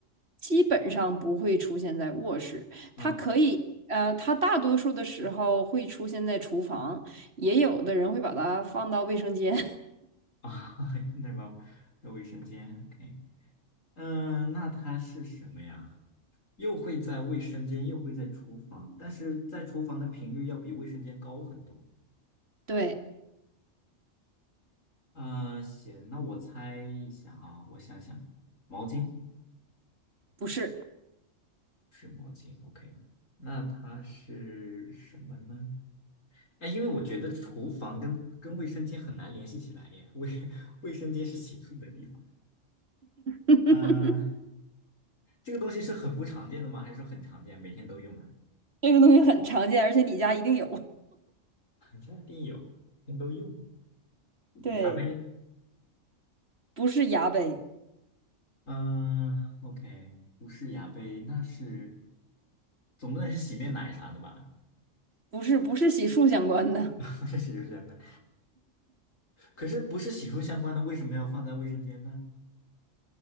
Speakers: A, on the right (about 50°); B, on the left (about 80°).
A: 基本上不会出现在卧室。
B: 嗯
A: 它可以，呃，它大多数的时候会出现在厨房，也有的人会把它放到卫生间。
B: 啊，<laughs> 那个那卫生间，OK，嗯，那它是什么呀？又会在卫生间，又会在厨房，但是在厨房的频率要比卫生间高很多。
A: <laughs> 对，
B: 啊，行，那我猜一下啊，我想想，毛巾
A: 不是，
B: 是毛巾，OK，那它是什么呢？哎，因为我觉得厨房跟跟卫生间很难联系起来耶，卫 <laughs> 卫生间是洗漱的地方。
A: <laughs>
B: 嗯、这个东西是很不常见的吗？还是说很常见，每天都用啊？
A: 这个东西很常见，而且你家一定有。
B: 肯定有，每天都用。
A: 对，
B: 牙杯，
A: 不是牙杯，
B: 嗯、o k 不是牙杯，那是总不能是洗面奶啥的吧？
A: 不是不是洗漱相关的，
B: <laughs> 不是洗漱相关，可是不是洗漱相关的，为什么要放在卫生间呢？